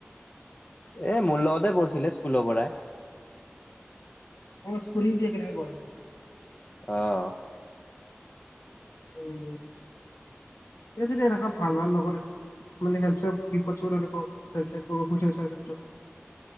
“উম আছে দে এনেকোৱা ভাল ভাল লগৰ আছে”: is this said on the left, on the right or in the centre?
Left